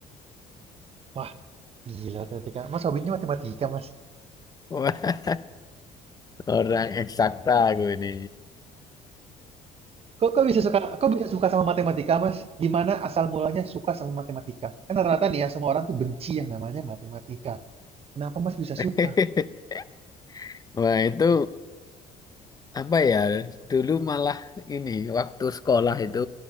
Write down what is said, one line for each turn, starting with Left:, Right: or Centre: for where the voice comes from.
Right: Wah, gila matematika. Mas hobinya matematika Mas.
Left: Wah, orang eksakta gue ini.
Right: Kok kok bisa suka kok bisa suka sama matematika, Mas? Gimana asal mulanya suka sama matematika? Kan rata-rata nih ya, semua orang tuh benci yang namanya matematika. Kenapa Mas bisa suka?
Left: <laughs> Wah, itu apa ya? Dulu malah ini waktu sekolah itu